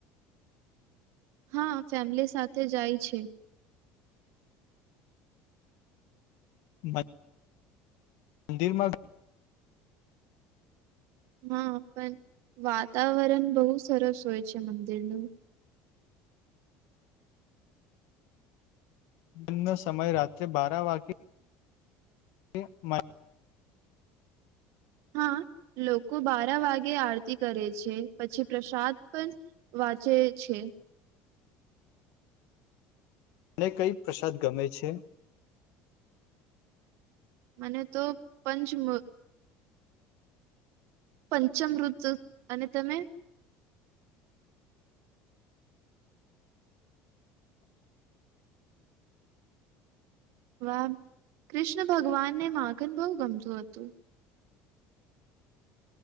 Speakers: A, on the right (about 70°); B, on the left (about 75°).
A: હા ફેમિલી સાથે જાય છે.
B: <inaudible> મંદિરમાં
A: હા પણ વાતાવરણ બહુ સરસ હોય છે મંદિરનું.
B: દિલનો સમય રાત્રે બારા વાગે હ મા.
A: હા લોકો બારા વાગે આરતી કરે છે પછી પ્રસાદ પણ વાંચે છે.
B: મને કઈક પ્રસાદ ગમે છે.
A: મને તો પંચમ. પંચમ ઋત અને તમે? વા, કૃષ્ણ ભગવાનને માગન બહુ ગમતું હતું.